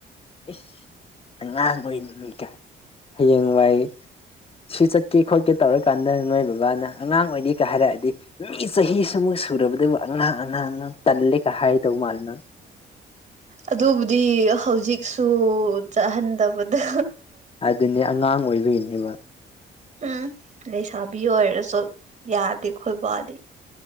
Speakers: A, on the left; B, on the right.
A: ꯏꯁ ꯑꯉꯥꯡ ꯑꯣꯏꯅꯤꯡ ꯀꯥꯢ ꯍꯌꯦꯡꯋꯥꯏ ꯁꯤ ꯆꯠꯀꯦ ꯈꯣꯠꯀꯦ ꯇꯧꯔ ꯀꯥꯟꯗ ꯅꯣꯏ ꯕꯕꯥꯅ ꯑꯉꯥꯡ ꯑꯣꯏꯔꯤꯒ ꯍꯥꯏꯔꯛꯑꯗꯤ ꯃꯤ ꯆꯍꯤ ꯁꯤꯃꯨꯛ ꯁꯨꯔꯕꯗꯕꯨ ꯑꯉꯥꯡ ꯑꯉꯥꯡꯅ ꯇꯜꯂꯦꯒ ꯍꯥꯏꯗꯧ ꯃꯥꯜꯂꯦ ꯅꯪ
B: ꯑꯗꯨꯕꯨꯗꯤ ꯍꯧꯖꯤꯛꯁꯨ ꯆꯠꯍꯟꯗꯕꯗ
A: ꯑꯗꯨꯅꯦ ꯑꯉꯥꯡ ꯑꯣꯏꯕꯒꯤꯅꯦꯕ
B: ꯎꯝ ꯂꯩꯁꯥꯕꯤ ꯑꯣꯏꯔꯁꯨ ꯌꯥꯗꯦ ꯈꯣꯏ ꯕꯥꯗꯤ